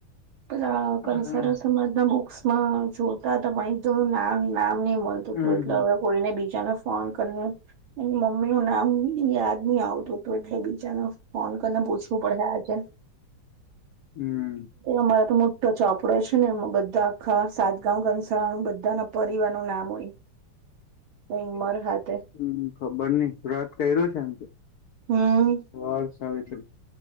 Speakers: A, on the right; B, on the left.
A: પેલા
B: હમ
A: કંસારા સમાજ ના બુકસ જોતા હતા પણ એકદમ નામ નામ ની મળતું
B: હમ
A: હતું એટલે હવે કોઈને બીજાના ફોન કરીને એની મમ્મીનું નામ યાદ ની આવતું હતું એટલે બીજાના ફોન કરીને પૂછવું પડ હે આજે
B: હમ.
A: અમારા તો મોટો ચોપડો છે ને એમાં બધા આખા સાતગાવ કંસારા નું બધા ના પરિવાર નું નામ હોય
B: હમ
A: ઉમર હાથે
B: હમ ખબર નઈ વ્રત કર્યો છે એમ કેય
A: હા.
B: વડ સાાવિત્રી